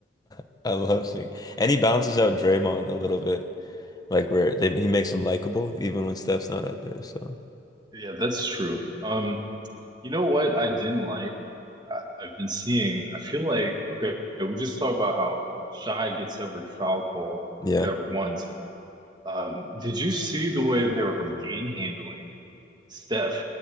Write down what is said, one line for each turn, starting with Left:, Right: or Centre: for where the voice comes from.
Left: <laughs> I love seeing. And he bounces out Draymond a little bit, like, where they, he makes him likable, even when Steph's not out there. So,
Right: Yeah, that's true. Um, you know what I didn't like I- I've been seeing, I feel like, okay, we just talked about how Shy gets every foul call
Left: yeah.
Right: you could ever want. Um, did you see the way they were manhandling Steph